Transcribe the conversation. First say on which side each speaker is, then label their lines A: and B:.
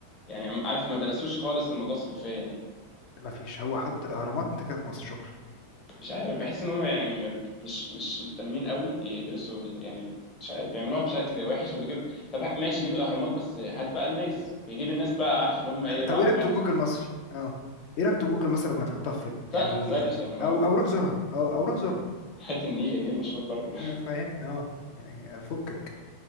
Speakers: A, on the left; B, on the left.
A: يعني عارف ما درسوش خالص الموضوع ثقافيا يعني
B: ما فيش هو حط اهرامات انت كده في مصر شكرا
A: مش عارف بحس ان هم يعني م- مش مش مهتمين قوي يدرسوا ال- يعني مش عارف بيعملوها بشكل وحش وبيجيب طب ماشي جيب الاهرامات بس هات بقى الناس بيجيب الناس بقى عارف اللي هم
B: آه،
A: ايه رعاة
B: طب ايه رايك تو
A: الغنم
B: جوجل مصر اه ايه رايك تو جوجل مصر لما تحطها في فيلم
A: س-
B: يعني
A: سرش يا عم اه
B: او او روح زورها اه او روح زورها
A: هات النيل النيل مشهور برضه <laughs>
B: آه، فاهم اه يعني فكك